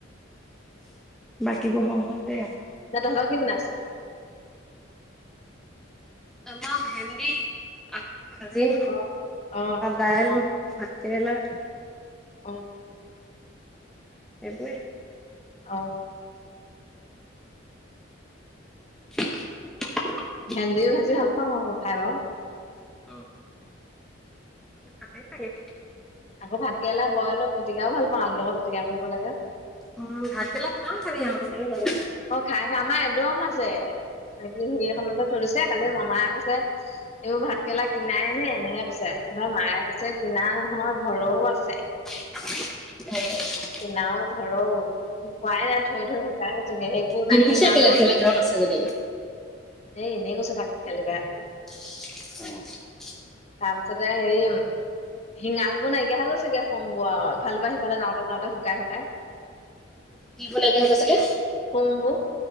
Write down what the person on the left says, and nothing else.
তহঁতৰ কি বনাইছে?
অ অ
অ।
অ।
ভেন্দি ভাজি ভাল পাওঁ মই খাই বাও।
আকৌ ভাতকেৰেলা বইল পিটিকাও ভাল পাওঁ আলু লগত পিটিকা কৰিব লাগে
অ খাই খাই আমাৰ একদম আছে বাকী সেইখনতে থৈ দিছে কালি মামাই কৈছে এইবোৰ ভাত কেৰেেলা কিনাই নে এনেকে কৈছে মায়ে কৈছে কিনা নহয় ঘৰৰও আছে।
কিনাও ঘৰৰও। খোৱাই নাই থৈ থৈ শুকাই গৈছগে সেইবোৰ
নাই শিঙালবোৰ
এ এনেই কৈছে তাক কালি বেয়া বুলি।
তাৰ পিছতে হেৰি শিঙালবোৰ নাইকিয়া হৈ গৈ চাগে খং বু আৰু ইফালে বা সিফালে যাওঁতে- যাওঁতে শুকাই শুকাই।
শুংবোৰ